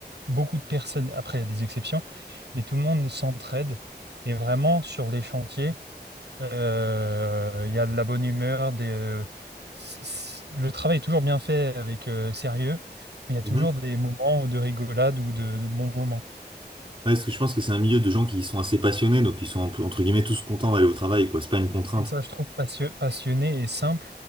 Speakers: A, on the right; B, on the right.
A: beaucoup de personnes. Après, il y a des exceptions, mais tout le monde s'entraide. Et vraiment, sur les chantiers, euh, il y a de la bonne humeur. Des, euh, c- c- le travail est toujours bien fait avec euh, sérieux, mais il y a toujours
B: Mhm.
A: des moments de rigolade ou de, de bons moments.
B: Ouais, parce que je pense que c'est un milieu de gens qui sont assez passionnés, donc ils sont entre guillemets tous contents d'aller au travail, quoi. C'est pas une contrainte.
A: Et ça, je trouve passio- passionné et simple,